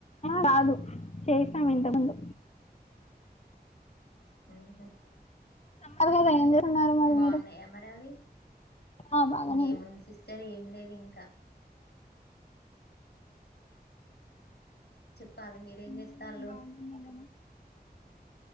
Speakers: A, on the left (about 40°); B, on the left (about 85°).
A: చాలు చేసా
B: అవునా
A: ఇంతకుముందు
B: మ్మ్ హ్మ్
A: తప్పదు కదా ఏం <unintelligible>
B: బాండయ్యా
A: మీరు
B: మరవి
A: ఆ బాగానే
B: ఏముంది
A: ఉన్నా
B: సిస్టర్ ఏం లేదు ఇంకా పాలి మీరేం
A: పిల్లలు
B: చేస్తాళ్ళు
A: కూడా బాగున్నాయి కదా